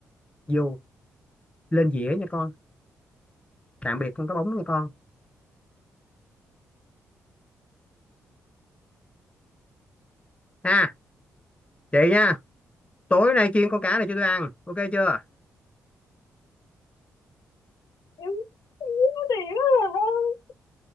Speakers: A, on the left; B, on the left.
A: vô lên dĩa nha con tạm biệt con cá bóng nha con ha chị nha tối nay chiên con cá này cho tôi ăn ok chưa
B: em em giết nó thiệt rồi